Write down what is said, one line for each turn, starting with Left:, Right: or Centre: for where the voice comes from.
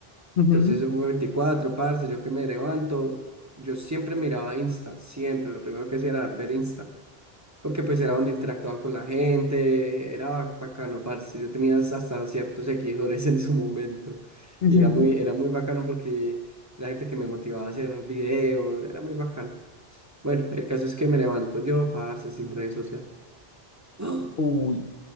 Left: ujú,
Right: Entonces eso fue 24 parce, yo que me levanto, yo siempre miraba Insta, siempre, lo primero que hacía era ver Insta porque pues era donde interactuaba con la gente, era ba- bacano, parce, yo tenía hasta ciertos seguidores <laughs> en su momento,
Left: ujú.
Right: y era muy, era muy bacano porque la gente que me motivaba a hacer videos, era muy bacano. Bueno, el caso es que me levanto yo, parce, sin redes sociales. ¡Ah!
Left: Uy,